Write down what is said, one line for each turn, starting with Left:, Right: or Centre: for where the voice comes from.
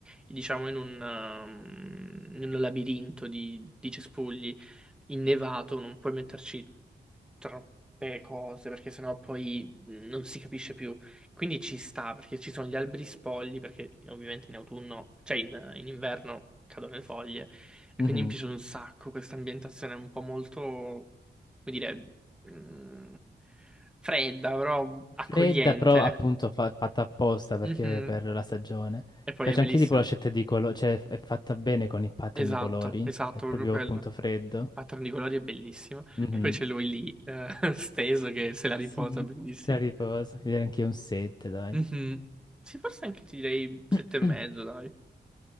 Centre: diciamo, in un, um, in un labirinto di, di cespugli innevato non puoi metterci troppe cose, perché sennò poi mhmm, non si capisce più. Quindi ci sta, perché ci sono gli alberi spogli, perché ovviamente in autunno, cioè in, in inverno cadono le foglie, e
Left: Mhm.
Centre: quindi mi piace un sacco questa ambientazione un po' molto, come dire, mh, fredda, però accogliente.
Left: Fredda, però appunto fa- fatta apposta perché
Centre: Mhm.
Left: per la stagione. Mi
Centre: E poi
Left: Piace
Centre: è bellissimo.
Left: anche tipo la scelta di colori, cioè è fatta bene con il pattern
Centre: Esatto,
Left: di colori.
Centre: esatto,
Left: È proprio
Centre: proprio quello.
Left: appunto
Centre: Il
Left: freddo.
Centre: pattern di colori è bellissimo.
Left: Mhm.
Centre: E poi c'è lui lì, eh, <laughs> steso, che se la
Left: Sì.
Centre: riposa, bellissimo.
Left: Se riposa, direi anche un 7, dai.
Centre: Mhm. Sì, forse anche ti direi sette
Left: <clears throat>
Centre: e mezzo, dai.